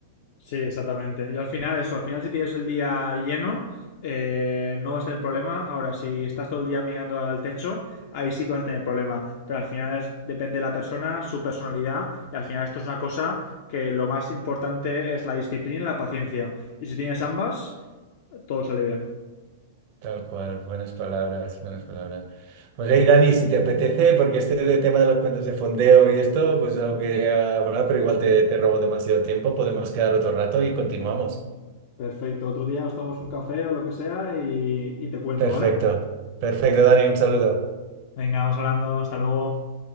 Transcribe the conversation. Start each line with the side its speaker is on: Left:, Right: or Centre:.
Left: Sí, exactamente. Yo al final, eso, al final si tienes el día lleno, eh, no vas a tener problema. Ahora, si estás todo el día mirando al techo, ahí sí que vas a tener problema. Pero al final es- depende de la persona, su personalidad, y al final esto es una cosa que lo más importante es la disciplina y la paciencia. Y si tienes ambas, todo sale bien.
Right: Tal cual, buenas palabras, buenas palabras. Pues hey, Dani, si te apetece, porque este de tema de los cuentos de fondeo y esto, pues es algo que quería hablar, pero igual te, te robo demasiado tiempo, podemos quedar otro rato y continuamos.
Left: Perfecto, otro día nos tomamos un café o lo que sea y, y te cuento,
Right: Perfecto,
Left: ¿vale?
Right: perfecto, Dani, un saludo.
Left: Venga, vamos hablando, hasta luego.